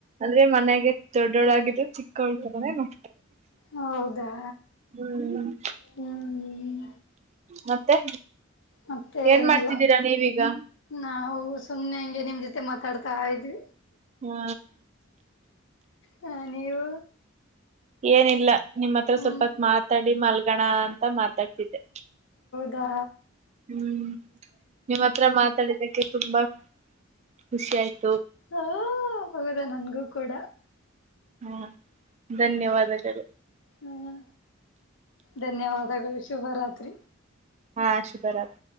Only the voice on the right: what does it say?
ಒಂದೇ ಮನೆಗೆ ದೊಡ್ಡೊಡಾಗಿದ್ರೆ ಚಿಕ್ಕಾಳ್ತದನು
ಹ್ಮ್
ಮತ್ತೆ
ಏನ್
ಮಾಡ್ತಿದ್ದೀರಾ ನೀವೀಗ
ಹ್ಮ
ಏನಿಲ್ಲ ನಿಮ್ಮ ಹತ್ರ
ಸ್ವಲ್ಪತ್ ಮಾತಾಡಿ ಮಲ್ಗಣ ಅ ಮತ್ತ ತಗ್ತಿದ್ದೆ
ಹ್ಮ್ ನಿಮ್ಮ್ ಹತ್ರ ಮಾತಾಡಿದಕ್ಕೆ ತುಂಬಾ ಖುಷಿ ಆಯ್ತು
ಹಾ ಧನ್ಯವಾದಗಳು
ಅಹ್, ಶುಭರಾತ್.